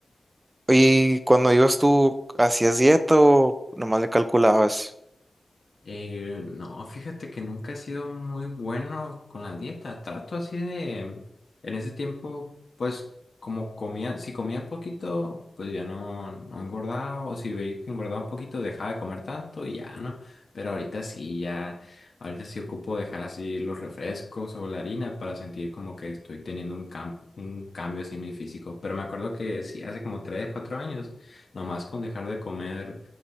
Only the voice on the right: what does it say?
¿Y cuando ibas tú, hacías dieta o nomás le calculabas?